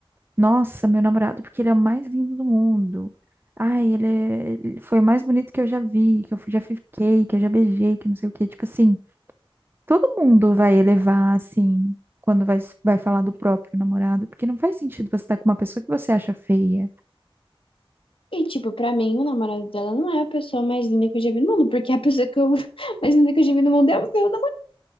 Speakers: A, on the right; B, on the left.
A: Nossa, meu namorado, porque ele é o mais lindo do mundo. Ai, ele, é- ele foi o mais bonito que eu já vi, que eu já fiquei, que eu já beijei, que não sei o quê. Tipo assim, todo mundo vai elevar, assim, quando vai, s- vai falar do próprio namorado, porque não faz sentido você estar com uma pessoa que você acha feia.
B: E, tipo, pra mim, o namorado dela não é a pessoa mais linda que eu já vi no mundo, porque a pessoa que eu, <laughs> mais linda que eu já vi no mundo é o meu namorado.